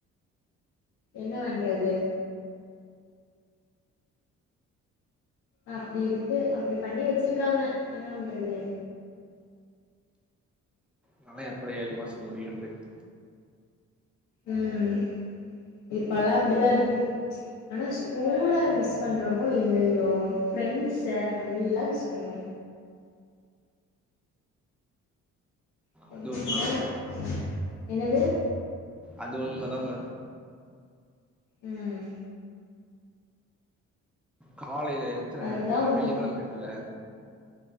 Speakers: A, on the left; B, in the centre.
A: என்ன வண்றது அப்டி இருக்கு அப்டி பண்ணி வெச்சிருக்காங்க என்ன வண்றது
B: நாலா எப்படா ஏழு மாசோ முடியுன்ருக்கு
A: ம் இப்பல்லா அப்டி தா இருக்கு ஆனா ஸ்கூல மிஸ் பண்றமோ இல்லயோ ஃப்ரெண்ட்ஸ நல்லா மிஸ் பண்ணுவோ ஃப்ரெண்ட்ஸ்னா
B: அது உண்ம தா
A: என்னது
B: அது உண்ம தாங்க
A: ம்
B: காலைல எத்தன
A: அதுதா
B: வென்ன
A: ஒண்ணு
B: வெள்ளிக்கெழம்ருக்குல்ல